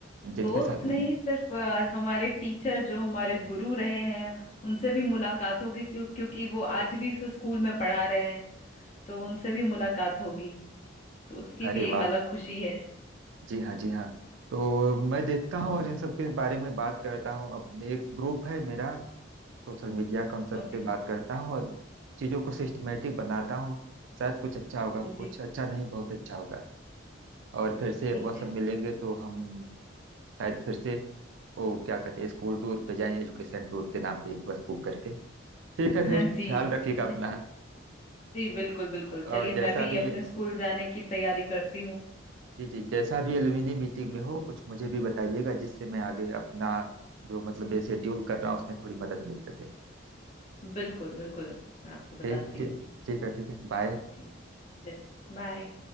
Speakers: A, on the right; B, on the left.
A: जिनके
B: दोस्त
A: साथ
B: नहीं सिर्फ अ, हमारे टीचर जो हमारे गुरु रहे हैं उनसे भी मुलाकात होगी क्यों, क्योंकि वो आज भी उस स्कूल में पढ़ा रहे हैं तो उनसे भी मुलाकात होगी तो उसकी
A: अरे
B: भी एक
A: वाह
B: अलग खुशी है
A: जी हाँ जी हाँ तो मैं देखता हूँ और इन सब के बारे में बात करता हूँ अपने एक ग्रुप है मेरा सोशल मीडिया कॉन्सेप्ट
B: ओके
A: पे बात करता हूँ और चीज़ों को सिस्टमेटिक बनाता हूँ शायद कुछ अच्छा होगा
B: जी
A: कुछ अच्छा नहीं बहुत अच्छा होगा और फिर से
B: ठीक
A: वह
B: है
A: सब मिलेंगे तो हम शायद फिर से वो क्या कहते हैं स्कूल टूर पे जाएं एजुकेशन टूर के नाम पे एक बस बुक करके ठीक
B: <laughs>
A: है फिर
B: जी
A: ख्याल रखिएगा
B: <laughs>
A: अपना
B: जी बिल्कुल बिल्कुल
A: और
B: चलिए
A: जैसा
B: मैं भी
A: भी
B: अपने स्कूल जाने की तैयारी करती हूँ
A: जी जी जैसा भी एलुमिनी मीटिंग में हो कुछ मुझे भी बताइएगा जिससे मैं आगे अपना जो मतलब ये शेड्यूल कर रहा हूँ उसमें थोड़ी मदद मिल सके
B: बिल्कुल बिल्कुल मैं आपको बताती
A: ठीक ठीक
B: हूँ
A: ठीक है ठीक है बाय
B: ठीक चलिए बाय